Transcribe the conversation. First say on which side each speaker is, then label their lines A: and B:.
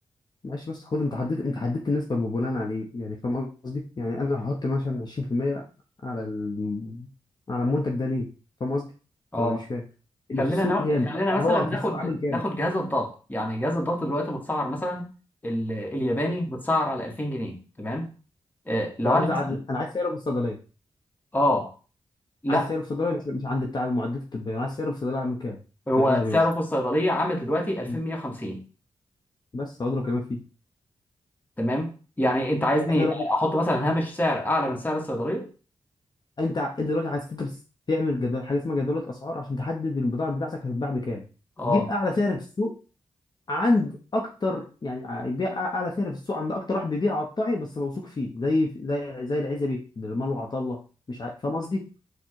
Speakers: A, on the left; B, on the left.
A: معلش بس خد انت حددت انت حددت النسبة بناء على ايه يعني فاهم قصدي يعني انا هحط مثلا 20% على الم... على المنتج ده ليه فاهم قصدي
B: اه
A: ولا مش فاهم اللي
B: خلينا
A: في السوق
B: نو...
A: كام
B: خلينا
A: يعني
B: مثلا
A: هو
B: ناخد
A: في السوق عامل كام
B: ناخد جهاز الضغط يعني جهاز الضغط دلوقتي متسعر مثلا ال... الياباني متسعر على 2000 جنيه تمام؟ آه، لو
A: انا عايز
B: انا
A: ع-
B: مثلا
A: انا عايز سعره في الصيدليه
B: اه لا
A: عايز سعره في الصيدليه مش مش عند بتاع المعدات الطبيه انا عايز سعره في الصيدليه عامل كام
B: هو
A: في العزبي
B: سعره
A: مثلا
B: في الصيدليه عامل دلوقتي 2150
A: مم. بس هو ده اللي بكلمك فيه
B: تمام يعني انت عايزني
A: احنا بقى
B: احط مثلا هامش سعر اعلى من سعر الصيدليه
A: انت ع- انت دلوقتي عايز تدرس تعمل جدول حاجه اسمها جدوله اسعار عشان تحدد البضاعه بتاعتك هتتباع بكام
B: اه
A: جيب اعلى سعر في السوق عند اكتر يعني بيع اعلى سعر في السوق عند اكتر واحد بيبيع قطاعي بس موثوق فيه زي زي زي العزبي درمال وعطله مش عارف فاهم قصدي